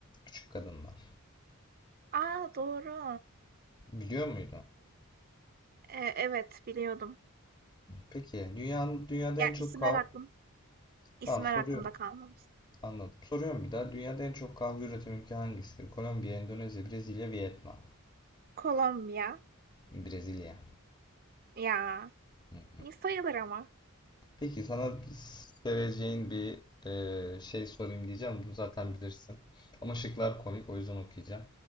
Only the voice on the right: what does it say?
Aa doğru.
Ee, evet biliyordum.
Ya
isimler
aklım, isimler
aklımda kalmamış.
Kolombiya.
Ya,
iyi sayılır ama.